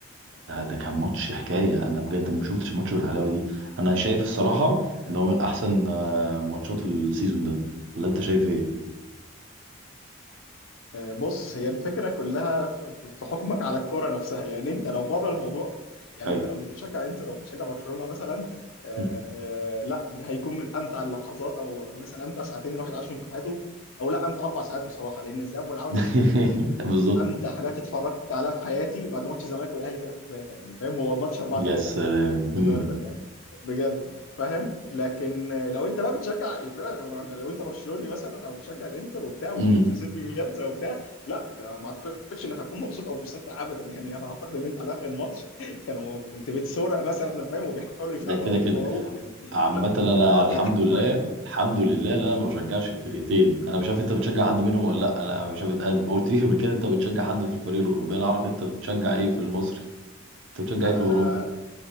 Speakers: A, on the right; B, on the left.
A: ده, ده كان ماتش حكايه انا بجد ما شفتش ماتش بالحلاوه دي انا شايف الصراحه ان هو من احسن آه، ماتشات
B: مم.
A: السيزون ده ولا انت شايف ايه
B: آه، بص هي الفكره كلها في في- في حكمك على الكوره نفسها يعني انت لو بره الموضوع يعني
A: حلو
B: انت لو مش بتشجع انتر او بتشجع برشلونه مثلا آه
A: مم.
B: لا ده هيكون من امتع اللحظات او مثلا امتع ساعتين الواحد عاشهم في حياته او لا امتع اربع ساعات بصراحه لان الذهاب والعوده
A: <laughs>
B: ممكن يكونوا
A: بالظبط
B: امتع حاجات اتفرجت عليها في حياتي بعد ماتش الزمالك والاهلي 3 3 يعني فاهم هو ماتش 4
A: يا
B: 3
A: سلام
B: برضه بتاع
A: مم.
B: الزمالك والاهلي بجد فاهم لكن لو انت بقى بتشجع الفرق لو انت برشلوني مثلا او بتشجع الانتر وبتاع وابن
A: مم.
B: جوزيبي مياتزا وبتاع لا ما اعتقدش انك هتكون مبسوط او مستمتع ابدا يعني انا اعتقد ان انت على اخر الماتش كانوا كنت بتسرق مثلا فاهم وبيحاولوا يفوقوا-
A: ده كده كده
B: يفوقوك يعني
A: عامة
B: لا
A: انا
B: اه
A: الحمد
B: <laughs> يعني
A: لله
B: فاهم
A: الحمد لله ان انا ما بشجعش فرقتين انا مش عارف انت بتشجع حد منهم ولا لا انا مش عارف انا ما قلتليش قبل كده انت بتشجع حد في الفريق الاوروبي انا اعرف انت بتشجع ايه في المصري انت بتشجع
B: لا
A: ايه في اوروبا
B: انا